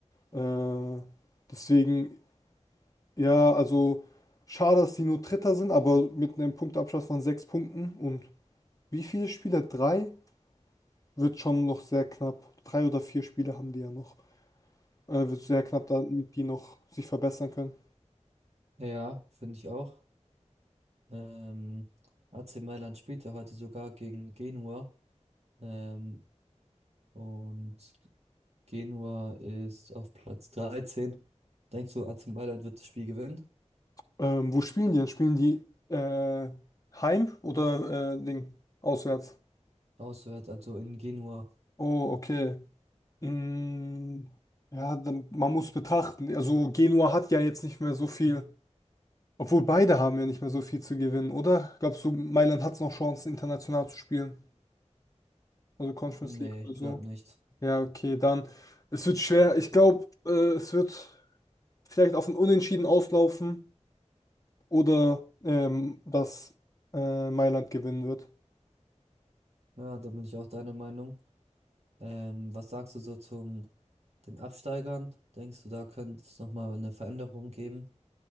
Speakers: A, on the left (about 30°); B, on the right (about 60°).
A: Äh, deswegen, ja, also schade, dass die nur Dritter sind, aber mit einem Punktabstand von sechs Punkten und wie viele Spiele? Drei? Wird schon noch sehr knapp. Drei oder vier Spiele haben die ja noch. Äh, wird sehr knapp, damit die noch sich verbessern können.
B: Ja, finde ich auch. Ähm, AC Mailand spielt ja heute sogar gegen Genua. Ähm, und Genua ist auf Platz 13. Denkst du, AC Mailand wird das Spiel gewinnen?
A: Ähm, wo spielen die denn? Spielen die äh, heim oder äh, Ding? Auswärts?
B: Auswärts, also in Genua.
A: Oh, okay. Mm, Ja, dann, man muss betrachten. Also Genua hat ja jetzt nicht mehr so viel, obwohl beide haben ja nicht mehr so viel zu gewinnen, oder? Glaubst du, Mailand hat es noch Chancen, international zu spielen? Also Conference
B: Nee,
A: League
B: ich
A: oder
B: glaube
A: so?
B: nicht.
A: Ja, okay, dann. Es wird schwer. Ich glaube, äh, es wird vielleicht auf ein Unentschieden auslaufen oder ähm, dass äh, Mailand gewinnen wird.
B: Ja, da bin ich auch deiner Meinung. Ähm, was sagst du so zum den Absteigern? Denkst du, da könnte es nochmal eine Veränderung geben?